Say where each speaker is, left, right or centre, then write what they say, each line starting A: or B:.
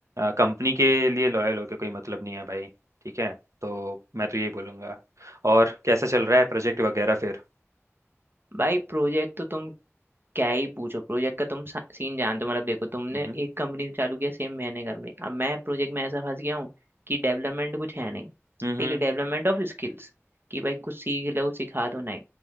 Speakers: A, on the right (about 80°); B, on the right (about 50°).
A: कंपनी के लिए लॉयल होके कोई मतलब नहीं है भाई ठीक है तो मैं तो यही बोलूंगा और कैसा चल रहा है प्रोजेक्ट वगैरह फिर
B: भाई प्रोजेक्ट तो तुम क्या ही पूछो प्रोजेक्ट का तुम सा- सीन जानते हो मतलब देखो तुमने
A: हम्म
B: एक कंपनी चालू किया सेम मैंने कंपनी अब मैं प्रोजेक्ट में ऐसा फंस गया हूँ कि डेवलपमेंट कुछ है नहीं
A: हम्म
B: ठीक
A: हम्म,
B: है डेवलपमेंट ऑफ स्किल्स कि भाई कुछ सीख लो सिखा दो नहीं